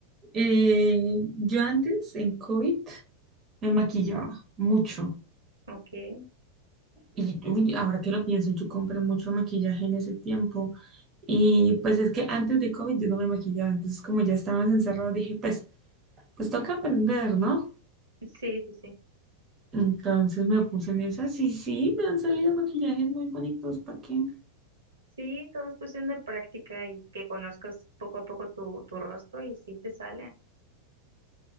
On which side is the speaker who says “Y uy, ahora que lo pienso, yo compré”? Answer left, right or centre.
Right